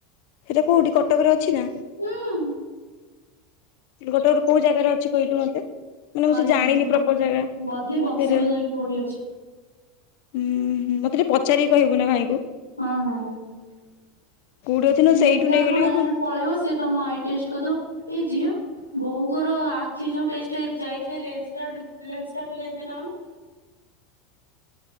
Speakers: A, on the left; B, on the left.
A: ହେରା କୋଉଠି କଟକ ରେ ଅଛି ନା?
B: ହଁ।
A: କଟକ ର କୋଉ ଜାଗାରେ ଅଛି କହିଲୁ ମୋତେ? ମାନେ
B: କହିବୁ
A: ମୁଁ ସେ ଜାଣିନି
B: ବୁଝିକି
A: ପ୍ରପର ଜାଗା
B: ବଧେ ବକ୍ସି
A: ସେଇଟା।
B: ବଜାର କି କୋଉଠି ଅଛି
A: ହମ୍ ହମ୍ ମତେ ଟିକେ ପଚାରିକି କହିବୁ ନା ଭାଇଙ୍କୁ?
B: ହଁ ହଁ ହଁ
A: କୋଉଠି ଅଛି ନା
B: ଲେନ୍ସ
A: ସେଇଠୁ
B: କାର୍ଟ
A: ନେଇଗଲେ
B: କୁ ଡାଇରେକ୍ଟ
A: ବି ଭ
B: ପଳେଇବ ସେ ତମ ଆଇ ଟେଷ୍ଟ କରିଦବ ଏ ଝିଅ ବୋଉଙ୍କର ଆଖି ଯୋଉ ଟେଷ୍ଟ ହେ ଯାଇଥିଲେ ଲେନ୍ସ କର୍ଟ ରୁ ଲେନ୍ସ କର୍ଟ କୁ ଯାଇଥିଲେ ନା କଣ?